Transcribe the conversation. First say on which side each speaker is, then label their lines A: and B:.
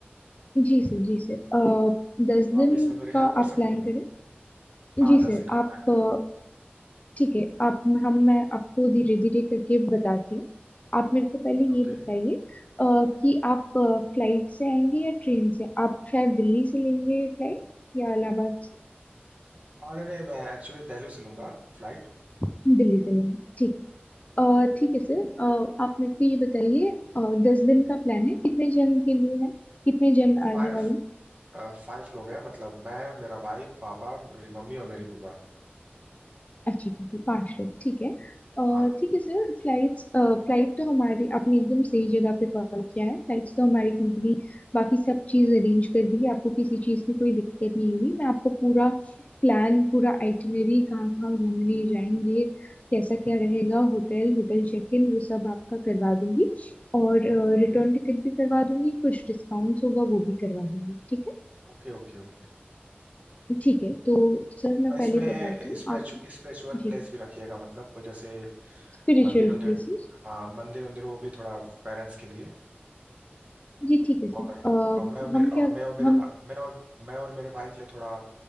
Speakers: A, on the left (about 35°); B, on the right (about 35°).
A: जी सर जी सर अ, दस
B: तो आप
A: दिन
B: इसमें मेरी हेल्प
A: का
B: कर
A: आप
B: सकती
A: प्लान
B: हैं
A: करें
B: हाँ
A: जी सर
B: दस दिन का
A: आप
B: प्लान कर
A: अ, ठीक है आप हम मैं आपको धीरे धीरे करके बताती हूँ आप मेरे को पहले
B: ओके
A: ये बताइए अ, कि आप फ्लाइट से आएंगे या ट्रेन से आप शायद दिल्ली से लेंगे फ्लाइट या इलाहाबाद से
B: अरे नहीं मैं एक्चुअली दिल्ली से लूंगा फ्लाइट
A: दिल्ली से लेंगे ठीक है। अ, ठीक है सर अ, आप मेरे को ये बताइए अ, दस दिन का प्लान है कितने जन के लिए है कितने जन आने
B: फाइव
A: वाले हैं
B: फाइव लोग हैं मतलब मैं मेरा भाई पापा मेरी मम्मी और मेरी बुआ
A: अच्छा ठीक है पांच लोग ठीक है अह,
B: हाँ
A: ठीक है सर फ्लाइट्स फ्लाइट तो हमारी आपने एकदम सही जगह पे कॉल किया है फ्लाइट्स तो हमारी कंपनी बाकी सब चीज़ अरेंज कर देगी आपको किसी चीज़ की कोई दिक्कत नहीं होगी मैं आपको पूरा प्लान पूरा आइटिनरी कहाँ कहाँ घूमने जाएंगे कैसा क्या रहेगा होटल होटल चेक इन वो सब आपका करवा दूंगी और
B: Okay okay
A: रिटर्न टिकट भी करवा दूंगी कुछ डिस्काउंट्स होगा वो भी करवा दूंगी ठीक है
B: Okay okay okay
A: ठीक है तो सर मैं
B: और इसमें
A: पहले बताती हूँ
B: स्पिरिचुअल
A: आप जी
B: प्लेस भी रखिएगा मतलब कोई जैसे
A: Spiritual
B: मंदिर उंदिर
A: places
B: हाँ मंदिर उंदिर वो भी थोड़ा पेरेंट्स के लिए
A: जी ठीक है सर
B: और
A: अ,
B: और मैं और मेरे
A: हम क्या
B: और मैं और मेरे
A: हम
B: भा, मैं और मैं और मेरे भाई के लिए थोड़ा